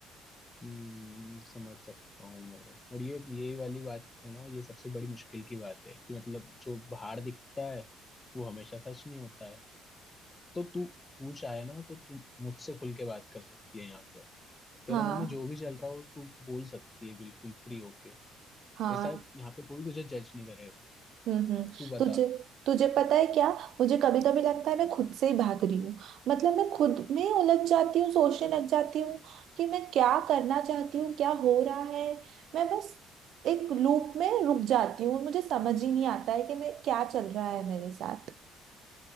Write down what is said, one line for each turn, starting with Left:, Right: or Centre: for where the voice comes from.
Left: हम्म, समझ सकता हूँ मैं और ये ये वाली बात है ना ये सबसे बड़ी मुश्किल की बात है कि मतलब जो बाहर दिखता है वो हमेशा सच नहीं होता है तो तू तू चाहे ना तो तू मुझसे खुल के बात कर सकती है यहाँ पे तेरे
Right: हाँ
Left: मन में जो भी चल रहा हो तू बोल सकती है बिल्कुल फ्री होके
Right: हाँ
Left: ऐसा यहाँ पे कोई तुझे जज नहीं करेगा
Right: हम्म हम्म,
Left: तू बता
Right: तुझे तुझे पता है क्या मुझे कभी कभी लगता है मैं खुद से ही भाग रही हूँ मतलब मैं खुद में उलझ जाती हूँ सोचने लग जाती हूँ कि मैं क्या करना चाहती हूँ क्या हो रहा है मैं बस एक लूप में रुक जाती हूँ मुझे समझ ही नहीं आता है कि मैं क्या चल रहा है मेरे साथ